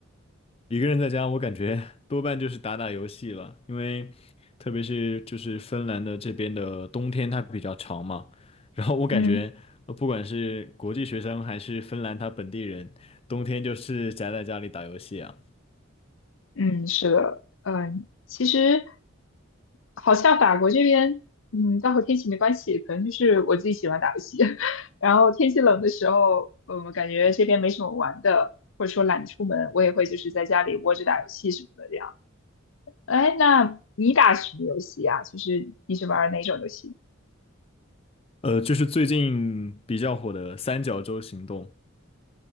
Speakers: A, on the left; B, on the left.
A: 一个人在家，我感觉 <laughs> 多半就是打打游戏了，因为特别是就是芬兰的这边的冬天它比较长嘛，然后我感觉呃不管是国际学生还是芬兰他本地人，
B: 嗯
A: 冬天就是宅在家里打游戏啊。
B: 嗯，是的，嗯，其实好像法国这边，嗯，倒和天气没关系，可能就是我自己喜欢打游戏，<laughs> 然后天气冷的时候，嗯，我感觉这边没什么玩的，或者说懒得出门，我也会就是在家里窝着打游戏什么的这样。哎，那你打什么游戏呀？就是你是玩哪种游戏？
A: 呃，就是最近比较火的三角洲行动，